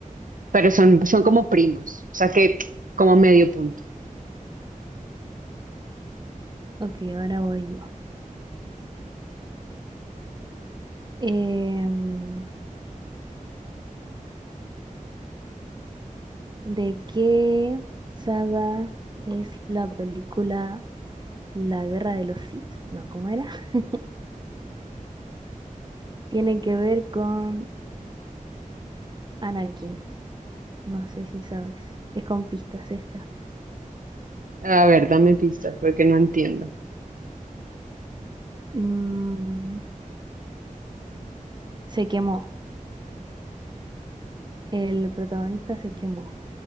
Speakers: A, on the right; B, on the right.
A: pero son, son como primos, o sea que como medio punto.
B: Ok, ahora voy yo. Em, ¿de qué saga es la película La Guerra de los Sith? No, ¿cómo era? <laughs> Tiene que ver con Anakin. No sé si sabes. Es con pistas esta.
A: A ver, dame pistas porque no entiendo.
B: Mm, Se quemó. El protagonista se quemó